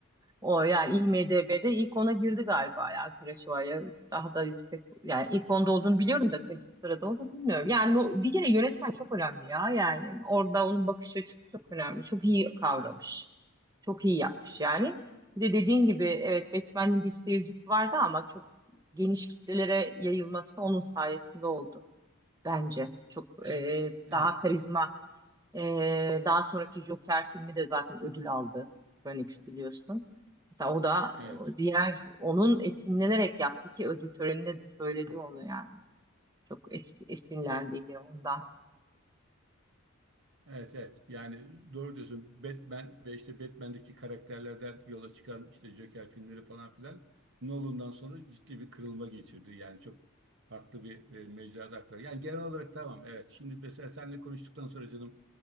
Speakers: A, on the right (about 15°); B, on the right (about 60°).
A: O yani IMDb'de ilk ona girdi galiba ya Kuroşawa'ya daha da yüksek yani ilk onda olduğunu biliyorum da kaçıncı sırada olduğunu bilmiyorum. Yani o- bir kere yönetmen çok önemli ya yani orada onun bakış açısı çok önemli. Çok iyi kavramış. Çok iyi yapmış yani. Bir de dediğin gibi evet Batman'in bir seyircisi vardı ama çok geniş kitlelere yayılması onun sayesinde oldu bence. Çok
B: Evet,
A: e,
B: evet,
A: daha karizma ee, daha sonraki Joker filmi de zaten ödül aldı. Phoenix biliyorsun. Mesela o da
B: evet.
A: o diğer onun esinlenerek yaptı ki ödül töreninde de söyledi onu yani. Çok es, esinlendiğini
B: E,
A: ondan.
B: Evet, evet. Yani doğru diyorsun. Batman ve işte Batman'deki karakterlerden yola çıkan işte Joker filmleri falan filan Nolan'dan sonra ciddi bir kırılma geçirdi. Yani çok farklı bir e, mecrada aktardı. Yani genel olarak tamam, evet. Şimdi mesela seninle konuştuktan sonra canım